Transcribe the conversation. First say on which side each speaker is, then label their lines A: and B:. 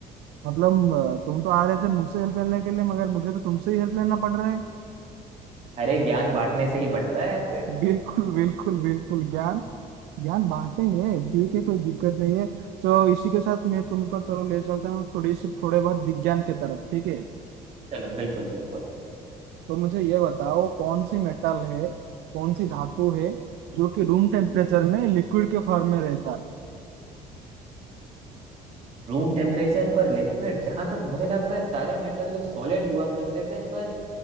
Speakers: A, on the right; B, on the right.
A: मतलब अ, तुम तो आ रहे थे मुझसे हेल्प लेने के लिए मगर मुझे तो तुमसे ही हेल्प लेना पड़ रहा है
B: अरे ज्ञान बांटने से ही बढ़ता है ऐसे
A: बिल्कुल बिल्कुल बिल्कुल ज्ञान ज्ञान बांटेंगे ठीक है कोई दिक्कत नहीं है तो इसी के साथ मैं तुमको चलो ले चलता हूँ थोड़ी सी थोड़े बहुत विज्ञान के तरफ ठीक है
B: चलो बिल्कुल बिल्कुल
A: तो मुझे ये बताओ कौन सी मेटल है कौन सी धातु है जो कि रूम टेम्परेचर में लिक्विड के फॉर्म में रहता
B: रूम टेम्परेचर
A: है
B: पर लिक्विड जहां तक मुझे लगता है सारे मेटल तो सॉलिड हुआ करते थे पर